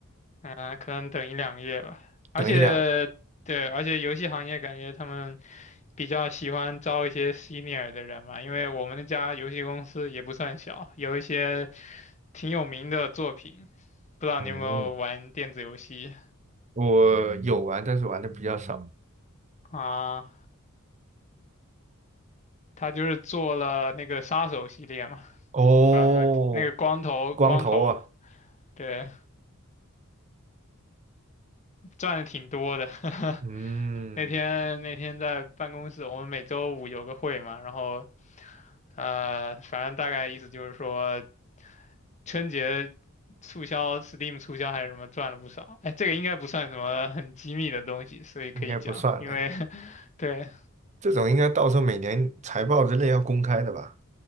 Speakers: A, on the left; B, on the right.
A: 啊、可能等一两个月吧。而且，
B: 等一两……
A: 对，而且游戏行业感觉他们比较喜欢招一些 senior 的人嘛，因为我们那家游戏公司也不算小，有一些挺有名的作品。不知道你有没有玩电子游戏
B: 嗯，我有玩，但是玩的比较少。
A: 啊？他就是做了那个杀手系列嘛，
B: 哦，
A: 不知道你们那个光头光头，
B: 光头啊，
A: 对，赚的挺多的。<laughs>
B: 嗯，
A: 那天那天在办公室，我们每周五有个会嘛，然后呃，反正大概意思就是说。春节促销，Steam 促销还是什么赚了不少。哎，这个应该不算什么很机密的东西，所以可以讲。
B: 应该不算了呀。
A: 因为 <laughs>，对，
B: 这种应该到时候每年财报之类要公开的吧？